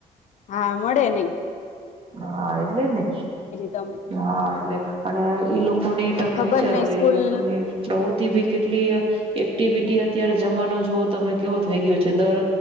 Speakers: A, on the left; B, on the right.
A: હા મોડે નય.
B: હા એટલે જ ને
A: તમે
B: હા એટલે અને ઈ લોકોને તમે
A: ખબર
B: વિચારો
A: નહ સ્કૂલ
B: એ લોકોને બહુ ટીવી કેટલી એક્ટિવિટી અત્યારે જમાનો જોવો તમે કેવો થઈ ગયો. જે દર